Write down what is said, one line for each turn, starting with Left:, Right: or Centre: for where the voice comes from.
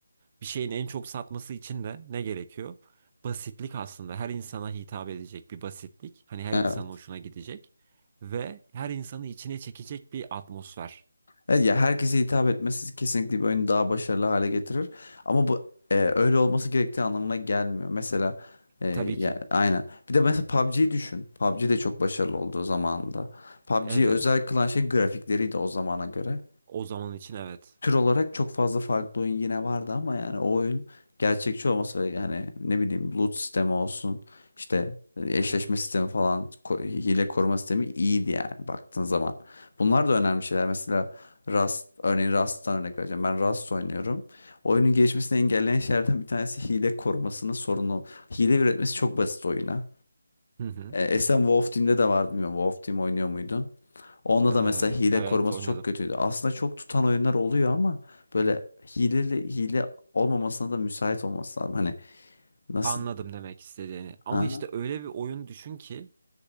Right: Bir şeyin en çok satması için de ne gerekiyor? Basitlik aslında her insana hitap edecek bir basitlik. Hani her
Left: Evet.
Right: insanın hoşuna gidecek ve her insanı içine çekecek bir atmosfer.
Left: Evet ya herkese hitap etmesi kesinlikle bir oyunu daha başarılı hale getirir. Ama bu e, öyle olması gerektiği anlamına gelmiyor. Mesela e,
Right: Tabii
Left: ya,
Right: ki.
Left: aynen. Bir de mesela PUBG'yi düşün. PUBG de çok başarılı olduğu zamanında. PUBG'yi
Right: Evet.
Left: özel kılan şey grafikleriydi o zamana göre
Right: O zaman için evet.
Left: tür olarak çok fazla farklı oyun yine vardı ama yani o oyun gerçekçi olması ve yani ne bileyim loot sistemi olsun işte e, eşleşme sistemi falan ko- hile koruma sistemi iyiydi yani baktığın zaman. Bunlar da önemli şeyler. Mesela Rust örneğin Rust'tan örnek vereceğim. Ben Rust oynuyorum. Oyunun gelişmesini engelleyen şeylerden bir tanesi hile korumasının sorunu. Hile üretmesi çok basit oyuna.
Right: Hı hı.
Left: E, Esen Wolf Team'de de vardı bilmiyorum. Wolf Team oynuyor muydun? Onda
Right: Ee,
Left: da mesela hile
Right: evet
Left: koruması
Right: oynadım.
Left: çok kötüydü. Aslında çok tutan oyunlar oluyor ama böyle hileli hile olmamasına da müsait olması lazım. Hani nasıl?
Right: Anladım demek istediğini. Ama
Left: Aha.
Right: işte öyle bir oyun düşün ki